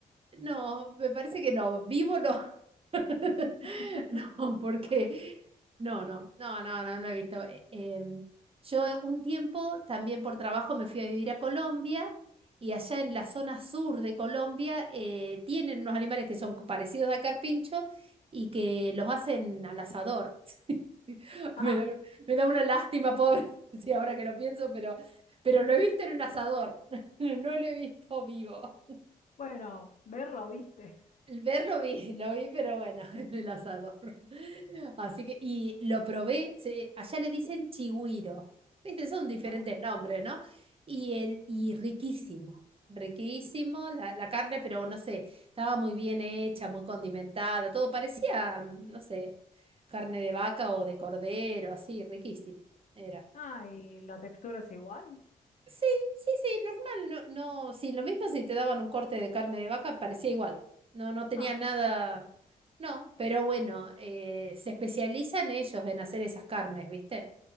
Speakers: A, on the right (about 35°); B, on the left (about 50°).
A: no, me parece que no, vivo no. <laughs>
B: <laughs>
A: No, porque no, no, no, no, no, no he visto. Eh, em, yo en un tiempo también por trabajo me fui a vivir a Colombia y allá en la zona sur de Colombia eh, tienen unos animales que son parecidos al carpincho y que los hacen al asador. <laughs>
B: Ah,
A: Me da, me da una lástima, pobre, <laughs> sí, ahora que lo pienso, pero, pero lo he visto en un asador, <laughs> no lo he visto vivo.
B: bueno, verlo viste.
A: El ver lo vi, <laughs> lo vi, pero bueno, <laughs> en el asador. <laughs> Así que, y lo probé, se- allá le dicen chigüiro, ¿viste? Son diferentes
B: Ah,
A: nombres, ¿no? Y, el, y riquísimo, riquísimo la, la carne, pero no sé, estaba muy bien hecha, muy condimentada, todo parecía, mm, no sé, carne de vaca o de cordero, así, riquísimo. Era.
B: ah, y la textura es igual.
A: Sí, sí, sí, normal, no, no, sí, lo mismo si te daban un corte de carne de vaca, parecía igual, no, no tenía
B: Ah,
A: nada, no, pero bueno, eh, se especializan ellos en hacer esas carnes, ¿viste?